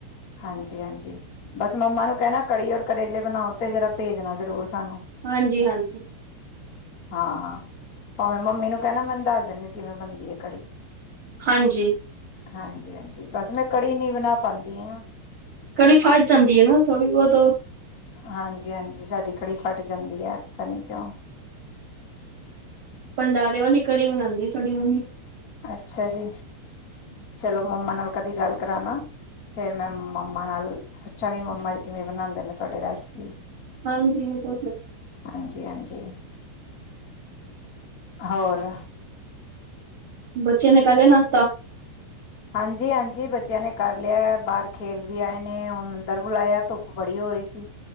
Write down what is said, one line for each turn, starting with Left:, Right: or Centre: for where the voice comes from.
Left: ਹਾਂਜੀ, ਹਾਂਜੀ ਬਸ ਮੰਮਾ ਨੂੰ ਕਹਿਣਾ ਕੜੀ ਔਰ ਕਰੇਲੇ ਬਣਾਓ ਤੇ ਜਰਾ ਭੇਜਣਾ ਜ਼ਰੂਰ ਸਾਨੂੰ
Right: ਹਾਂਜੀ, ਹਾਂਜੀ
Left: ਹਾਂ ਭਾਵੇਂ ਮੰਮੀ ਨੂੰ ਕਹਿਣਾ ਮੈਨੂੰ ਦੱਸ ਦੇਣਗੇ ਕਿਵੇਂ ਬਣਦੀ ਹੈ ਕੜੀ
Right: ਹਾਂਜੀ।
Left: ਹਾਂਜੀ, ਹਾਂਜੀ ਬਸ ਮੈਂ ਕੜੀ ਨੀ ਬਣਾ ਪਾਉਂਦੀ ਹਾਂ
Right: ਕੜੀ ਫਟ ਜਾਂਦੀ ਹੈ ਨਾ, ਥੋੜੀ ਬਹੁਤ ਉਹ
Left: ਹਾਂਜੀ, ਹਾਂਜੀ ਸਾਡੀ ਕੜੀ ਫਟ ਜਾਂਦੀ ਹੈ, ਪਤਾ ਨੀ ਕਿਉਂ
Right: ਦਾਰੇ ਵਾਲੀ ਕੜੀ ਬਣਾਉਂਦੀ ਸਾਡੀ ਮਮੀ
Left: ਅੱਛਾ ਜੀ ਚਲੋ ਮੰਮਾ ਨਾਲ ਕਦੀ ਗੱਲ ਕਰਾਣਾ ਫੇਰ ਮੈਂ ਮੰਮਾ ਨਾਲ ਪੁੱਛਾਂਗੀ ਮੰਮਾ ਜੀ ਕਿਵੇਂ ਬਣਾਉਂਦੇ ਨੇ ਤੁਹਾਡੀ ਰੈਸਪੀ
Right: ਹਾਂਜੀ ਬ
Left: ਹਾਂਜੀ, ਹਾਂਜੀ ਹੋਰ
Right: ਬੱਚੇ ਨੇ ਕਰ ਲਿਆ ਨਾਸ਼ਤਾ
Left: ਹਾਂਜੀ, ਹਾਂਜੀ ਬੱਚਿਆਂ ਨੇ ਕਰ ਲਿਆ ਬਾਹਰ ਖੇਲ ਵੀ ਆਏ ਨੇ, ਹੁਣ ਅੰਦਰ ਬੁਲਾਇਆ ਧੁੱਪ ਬੜੀ ਹੋ ਰਹੀ ਸੀ